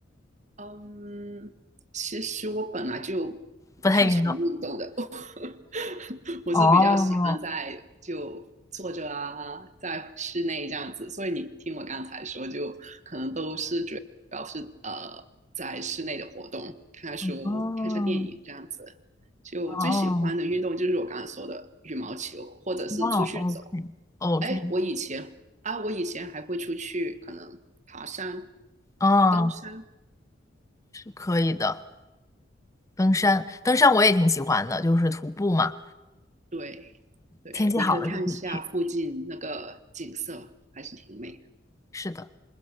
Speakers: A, on the right; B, on the left.
A: 嗯，其实我本来就不太常运动的，
B: 不太运动。
A: <laughs> <laughs> 我是比较喜欢在就坐着啊，
B: 哦，
A: 在室内这样子，所以你听我刚才说，就可能都是主要是呃在室内的活动，看看书、
B: 哦，哦，
A: 看一下电影这样子。就最喜欢的运动就是我刚才说的羽毛球，
B: 哦
A: 或者是出去走。
B: 哇，OK，OK，
A: 哎，我以前啊，我以前还会出去可能爬山、
B: 哦。
A: 登山，
B: 可以的，登山，登山我也挺喜欢的，就是徒步嘛，
A: 对对，
B: 天气好了就可以去。
A: 你可以看一下附近那个景色，还是挺美的。
B: 是的，